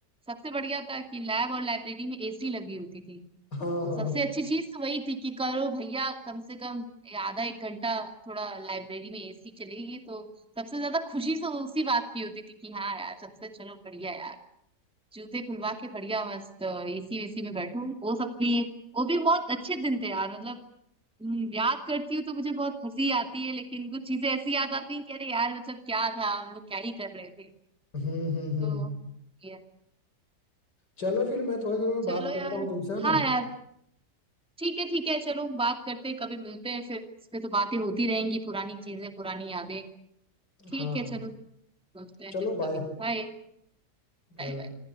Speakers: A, in the centre; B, on the left.
A: सबसे बढ़िया था कि लैब और लाइब्रेरी में एसी लगी होती थी
B: हाँ
A: तो
B: हाँ
A: सबसे
B: हाँ।
A: अच्छी चीज तो वही थी कि करो भैया कम से कम आधा एक घंटा थोड़ा लाइब्रेरी में एसी चलेगी तो सबसे ज्यादा खुशी तो उसी बात की होती थी कि हाँ यार सबसे चलो बढ़िया यार जूते खुलवा के बढ़िया मस्त एसी वेसी में बैठो वो सब भी वो भी बहुत अच्छे दिन थे यार मतलब हम्म, याद करती हूँ तो मुझे बहुत हंसी आती है लेकिन कुछ चीजें ऐसी याद आती हैं कि अरे यार मतलब क्या था हम लोग क्या ही कर रहे थे
B: हम्म हम्म हम्म
A: तो ये-
B: चलो फिर मैं थोड़ी देर में
A: चलो
B: बात करता
A: यार
B: हूँ तुमसे है ना
A: हाँ यार ठीक है ठीक है चलो बात करते हैं कभी मिलते हैं फिर इस पे तो बातें होती रहेंगी पुरानी चीजें पुरानी यादें ठीक
B: हाँ
A: है चलो मिलते हैं
B: चलो
A: फिर
B: बाय
A: कभी बाय
B: Bye
A: Bye
B: bye
A: bye.